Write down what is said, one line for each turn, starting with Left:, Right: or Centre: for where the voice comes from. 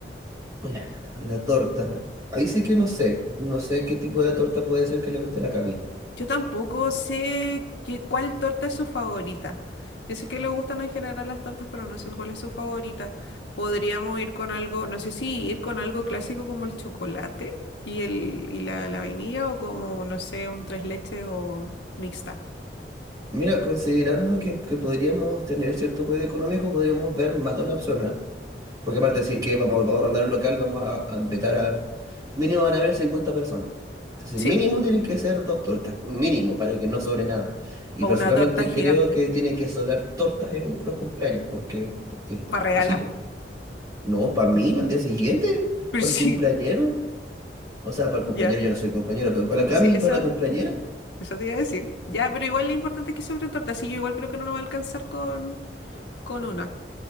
Right: Oye, La torta, ahí sí que no sé, no sé qué tipo de torta puede ser que le guste a la Cami.
Left: Yo tampoco sé qué, cuál torta es su favorita. Yo sé que le gustan en general las tortas, pero no sé cuál es su favorita. Podríamos ir con algo, no sé si ir con algo clásico como el chocolate y, el, y la, la vainilla, o como, no sé, un tres leches o mixta.
Right: Mira, considerando que, que podríamos tener cierto poder económico, podríamos ver más de una opción, ¿ah? Porque aparte de decir que vamos, vamos a rondar un local, vamos a, a empezar a... Mínimo van a haber 50 personas. Entonces,
Left: Sí,
Right: mínimo tienen que ser dos tortas, mínimo, para que no sobre nada. Y
Left: o
Right: personalmente
Left: una torta gigante.
Right: creo que tiene que sobrar tortas en los cumpleaños, porque, porque, porque
Left: ¿Para regalar?
Right: sí, pues. No, para mí, para el día siguiente,
Left: <laughs> Pero
Right: para
Left: sí,
Right: el cumpleañero. O sea, para el cumpleañero
Left: ya.
Right: yo no soy cumpleañero, pero para la Cami,
Left: Sí, eso.
Right: para la cumpleañera.
Left: Eso te iba a decir. Ya, pero igual lo importante es que sobre torta. Sí, yo igual creo que no nos va a alcanzar con, con una.